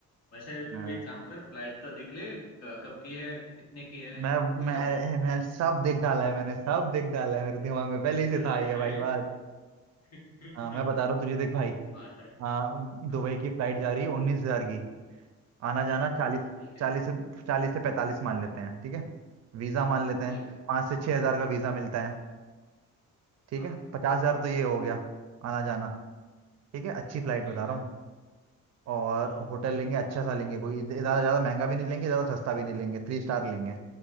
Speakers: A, on the left; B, on the right.
A: वैसे
B: हाँ,
A: तू एक काम कर फ्लाइट तो देख ले क- कब की है कितने की है
B: मैं
A: वो
B: मैं
A: सब
B: मैं सब देख डाला है मैंने सब देख डाला है मेरे दिमाग में पहले ही से
A: अरे
B: था ये
A: अरे
B: भाई बात
A: <laughs> क्या
B: हाँ मैं बता रहा हूँ तुझे देख भाई
A: बात है
B: हाँ
A: हाँ
B: दुबई की फ्लाइट जा रही है उन्नीस हजार की आना जाना चालीस
A: ठीक है
B: चालीस से चालीस से पैंतालीस मान लेते हैं ठीक है वीज़ा मान लेते हैं
A: ठीक है।
B: पाँच से छः हजार का वीज़ा मिलता है ठीक
A: हाँ,
B: है पचास हजार तो ये हो गया आना जाना ठीक है अच्छी फ्लाइट
A: ठीक
B: बता रहा
A: है।
B: हूँ और
A: हुँ,
B: होटल लेंगे अच्छा सा लेंगे कोई ज़्यादा ज़्यादा महंगा भी नहीं लेंगे ज़्यादा सस्ता भी नहीं लेंगे थ्री स्टार लेंगे